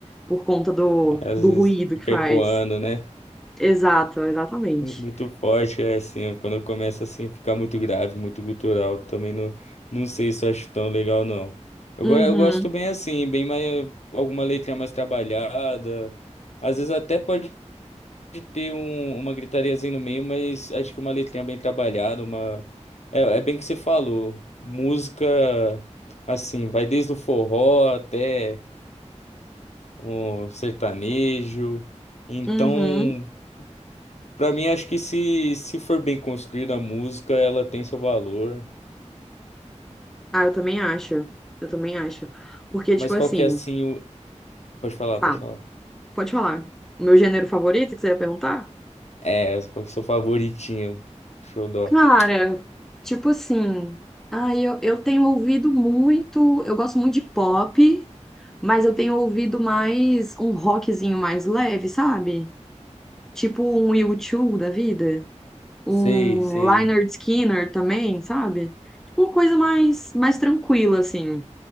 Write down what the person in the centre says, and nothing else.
Por conta do,
do
ruído
que faz.
Exato, exatamente.
Uhum,
uhum.
Ah, eu também acho. Eu também acho. Porque,
tipo assim,
fala,
pode falar. O meu gênero favorito que você ia perguntar?
Cara, tipo assim, ah, eu, eu tenho ouvido muito, eu gosto muito de pop, mas eu tenho ouvido mais um rockzinho mais leve, sabe? Tipo um U2 da vida, um
Leonard Skinner também, sabe? Tipo Uma coisa mais, mais tranquila, assim.